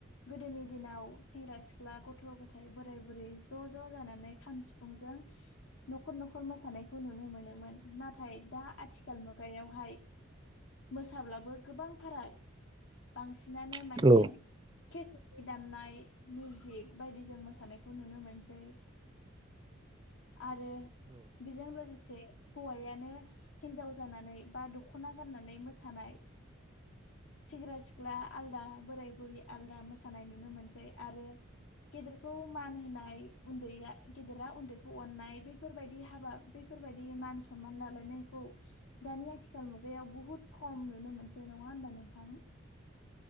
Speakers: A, on the left (about 70°); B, on the right (about 20°).
A: गोदोनि दिनाव सेंग्रा सिख्ला गथ' गथाय बोराय बुरै ज' ज' जानानै खाम सिफुंजों न'खर न'खर मोसानायखौ नुनो मोनोमोन नाथाय दा आथिखाल मुगायावहाय मोसाब्लाबो गोबां फाराग बांसिनानो
B: औ
A: माने
B: औ
A: केसेदनि दाननाय मिउजिक बायदि जों मोसानायखौ नुनो मोनसै
B: <inaudible>
A: आरो बेजों लोगो से हौवायानो हिनजाव जानानै बा दखना गाननानै मोसानाय सेंग्रा सिख्ला आलदा, बोराय बुरि आलदा मोसानाय नुनो मोनसै आरो गेदेरखौ मान होनाय, उन्दैया गेदेरा उन्दैखौ अननाय, बेफोरबायदि हाबा बे फोरबायदि मान सनमान लालायनायखौ दानि आथिखाल मुगायाव बुहुत खम नुनो मोनसै नङा होनबा नोंथां?